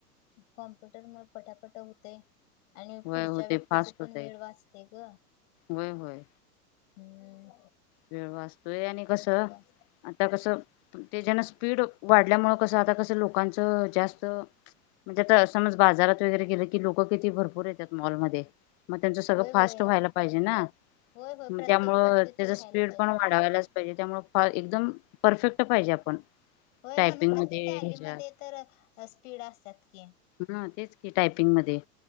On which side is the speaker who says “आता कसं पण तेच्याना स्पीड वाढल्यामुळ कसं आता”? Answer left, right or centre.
Left